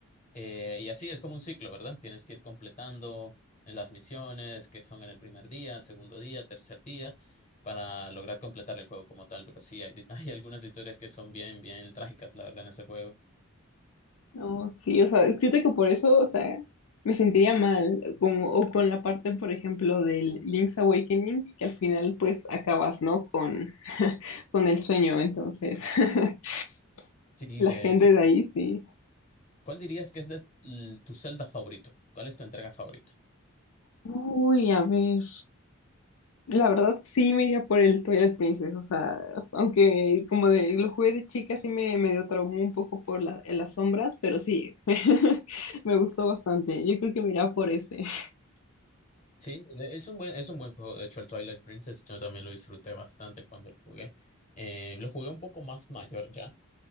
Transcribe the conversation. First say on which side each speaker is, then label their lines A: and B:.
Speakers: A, on the left (about 35°); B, on the left (about 75°).
A: Eh, y así es como un ciclo, ¿verdad? Tienes que ir completando las misiones que son en el primer día, segundo día, tercer día, para lograr completar el juego como tal. Pero sí, hay, <laughs> hay algunas historias que son bien, bien trágicas, la verdad, en ese juego.
B: No, sí, o sea, siento que por eso, o sea, me sentiría mal, como, o con la parte, por ejemplo, del Link's Awakening, que al final, pues, acabas, ¿no? Con, <laughs> con el sueño, entonces, <laughs>
A: Sí,
B: la
A: de
B: gente
A: hecho.
B: de ahí, sí.
A: ¿Cuál dirías que es de, l- tu Zelda favorito? ¿Cuál es tu entrega favorita?
B: Uy, a ver, la verdad sí me iría por el Twilight Princess, o sea, aunque como de, lo jugué de chica, sí me medio traumó un poco por la- en las sombras, pero sí, <laughs> me gustó bastante, yo creo que me iría por ese. <laughs>
A: Sí, de- es un buen, es un buen juego. De hecho, el Twilight Princess yo también lo disfruté bastante cuando lo jugué. Eh, lo jugué un poco más mayor ya.